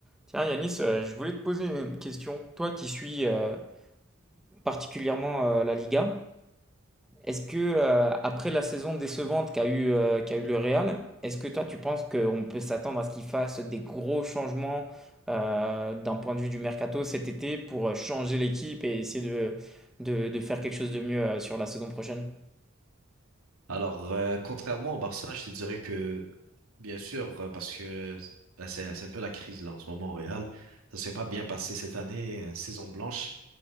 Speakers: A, in the centre; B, on the right.
A: Tiens, Yanis, euh, je voulais te poser une question. Toi qui suis euh, particulièrement euh, la Liga, est-ce que euh, après la saison décevante qu'a eu, euh, qu'a eu le Real, est-ce que toi tu penses qu'on peut s'attendre à ce qu'il fasse des gros changements euh, d'un point de vue du mercato cet été pour changer l'équipe et essayer de, de, de faire quelque chose de mieux euh, sur la saison prochaine?
B: Alors, euh, contrairement au Barça, je te dirais que, bien sûr, euh, parce que ben, c'est c'est un peu la crise là en ce moment au Real, ça s'est pas bien passé cette année, euh, saison blanche.